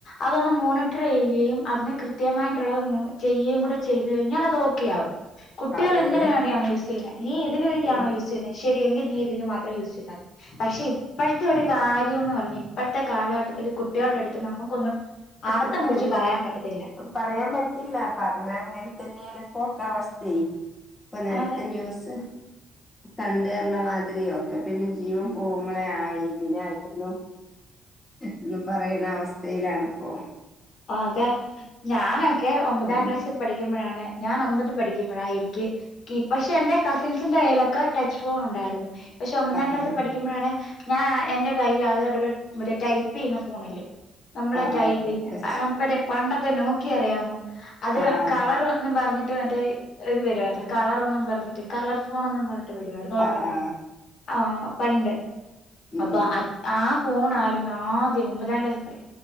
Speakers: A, on the left; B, on the left.
A: അതൊന്ന് മോണിറ്റർ ചെയ്യുകയും അതിനെ കൃത്യമായിട്ടുള്ളത് നോ ചെയ്യുകയും കൂടെ ചെയ്ത് കഴിഞ്ഞാൽ അത് ഓക്കെ ആകും കുട്ടികൾ
B: അതെ
A: എന്തിന
B: അതെ
A: <unintelligible> നീ ഇതിന് വേണ്ടിയാണോ
B: ഉം.
A: യുസ് ചെയ്യുന്നേ ശരി എങ്കി നീ ഇതിന് മാത്രം യൂസ് ചെയതാ പക്ഷെ ഇപ്പോഴത്തെ ഒരു കാര്യംന്ന് പറ ഇപ്പോഴത്തെ കാലഘട്ടത്തി കുട്ടികളുടെ അടുത്ത് നമുക്കൊന്നും
B: കസിൻസ്
A: അറുത്ത് മുറിച്ച് പറയാൻ പറ്റത്തില്ല
B: പറയാൻ പറ്റില്ല പറഞ്ഞ അങ്ങനെ തന്നെയപ്പോ ക്ക അവസ്ഥയെ ഇപ്പൊ നേരത്തെ
A: അതെ
B: ന്യൂസ് കണ്ടേരണമാതിരിയോ ഒക്കെ പിന്നെ ജീവം പോകുമ്പോളെ ആ ഇതിനായിരുന്നു എന്ന് പറയണ അവസ്ഥയിലാണ് ഓ
A: ആ അതെ ഞാനൊക്കെ ഒമ്പതാം
B: ഒന്ന്
A: ക്ലാസ്സിൽ പഠിക്കുമ്പോഴാണ് ഞാൻ ഒമ്പത് പഠിക്കുമ്പോഴാ എനിക്ക് കീ പക്ഷെ എന്റെ കസിൻസിന്റെ കയ്യിലൊക്കെ ടച്ച് ഫോൺ ഉണ്ടായിരുന്നു പക്ഷെ ഒമ്പതാം
B: ആ
A: ക്ലാസിൽ
B: ആ
A: പഠിക്കുമ്പോഴാണ് ഞാൻ എന്റെ കയ്യിൽ ആദ്യവായിട്ടൊരു മറ്റേ ടൈപ്പ് ചെയ്യുന്ന ഫോണില്ലേ നമ്മൾ
B: ആ
A: ടൈപ്പ്
B: ആ
A: ചെയ്യുന്ന
B: കുറച്ച്.
A: പണ്ടത്തെ നോക്കിയ അറിയാമോ അത്
B: ആ ആ
A: കളർന്നും പറഞ്ഞ് ട്ട് മറ്റേ ഇത് വരുമായിരുന്നു കളറെന്നും പറഞ്ഞിട്ട് കളർ ഫോണെന്നും പറഞ്ഞ വരുവാർന്ന് ഓർമ്മയുണ്ടോ
B: ആ ആ
A: ആ പണ്ട്
B: ഉം
A: അപ്പൊ
B: ഉം
A: അത് ആ ഫോണായിരുന്നു ആദ്യം ഒൻമ്പതാം ക്ലാസ് പഠി